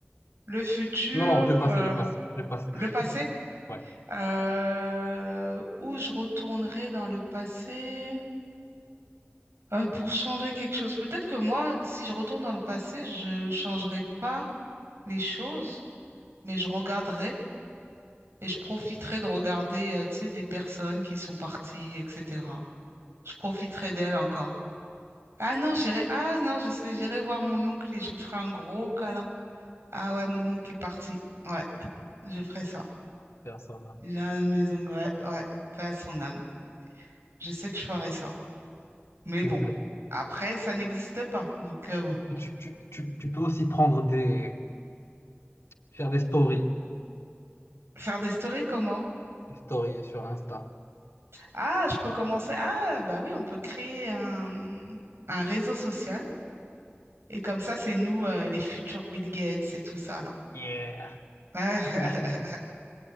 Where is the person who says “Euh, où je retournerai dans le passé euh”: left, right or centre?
Right